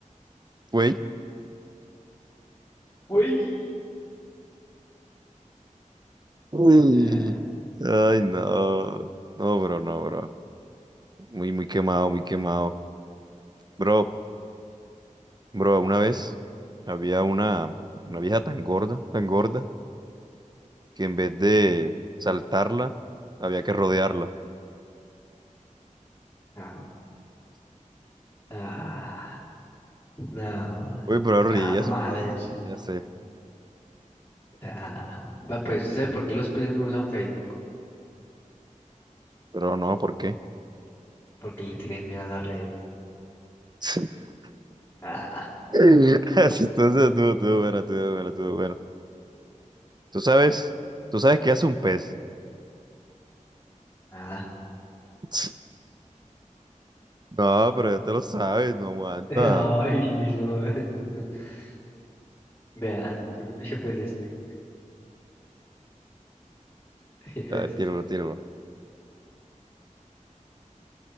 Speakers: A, on the right; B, on the left.
A: Güey.
B: Güey.
A: Uy.
B: Ah,
A: Ay, no. No, bro, no, bro. Muy, muy quemado, muy quemado. Bro, bro, una vez había una, una vieja tan gorda, tan gorda. que en vez de
B: mm,
A: saltarla, había que rodearla.
B: no, ah, no,
A: Uy, pero
B: está
A: ríase,
B: mala
A: pero
B: de
A: ríase.
B: Ah, va, pues, ¿sí ¿sabe por qué los peces no usan Facebook?
A: Pero no, ¿por qué?
B: Porque le tienen miedo a la red.
A: <laughs>
B: Ah,
A: Entonces, estuvo, estuvo bueno, estuvo bueno, estuvo bueno. Tú
B: mm,
A: sabes, tú sabes qué hace un pez.
B: ah.
A: <laughs> No, pero ya te lo sabes, no aguanta.
B: <laughs> Ay, no. <laughs> Vea, <laughs> yo pues este. <laughs> Yo
A: A ver,
B: pues
A: tíralo,
B: este.
A: tíralo.